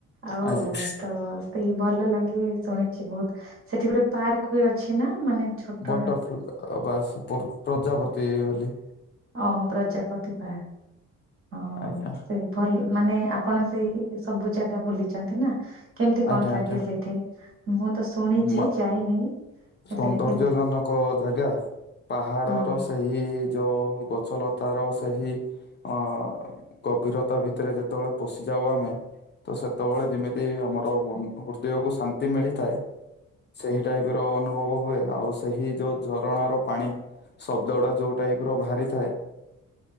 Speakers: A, on the right; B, on the left.
A: ଆଉ
B: ଆଜ୍ଞା।
A: ତ ସେଇ ଭଲ ଲାଗେ ଶୁଣିଛି ବହୁତ ସେଠି ଗୋଟେ ପାର୍କ ବି ଅଛି ନା ମାନେ ଛୋଟ
B: ବଟର ଫ୍ଲ ବା ପ୍ରଜାପତି ବୋଲି
A: ଓହୋ ପ୍ରଜାପତି ପା ହଁ।
B: ଆଜ୍ଞା
A: ସବୁ ଭଲ ମାନେ ଆପଣ ସେଇ ସବୁ ଜାଗା ବୁଲିଛନ୍ତି ନା? କେମିତି
B: ଆଜ୍ଞା
A: କଣ
B: ଆଜ୍ଞା
A: ଲାଗେ ସେଇଠି ମୁଁ ତ ଶୁଣିଛି
B: ମା
A: ଯାଇନି। ହେଲେ
B: ସୌନ୍ଦର୍ଯ୍ୟ
A: କେମିତି
B: ଜନକ ଜାଗା ପାହାଡର
A: ହଁ
B: ସେଇ ଏହିଇ ଯୋଉ ଗଛଲତାର ସେହି ଅ ଗଭୀରତା ଭିତରେ ଯେତେବେଳେ ପଶିଯାଉ ଆମେ ତ ସେତେବେଳେ ଯେମିତି ଆମର ହୃଦୟକୁ ଶାନ୍ତି ମିଳିଥାଏ ସେଇ ଟାଇପି ତ ଅନୁଭବ ହୁଏ ଆଉ ସେହି ଯୋଉ ଝରଣାର ପାଣି ଶବ୍ଦଟା ଯୋଉ ଟାଇପି ର ବାହାରିଥାଏ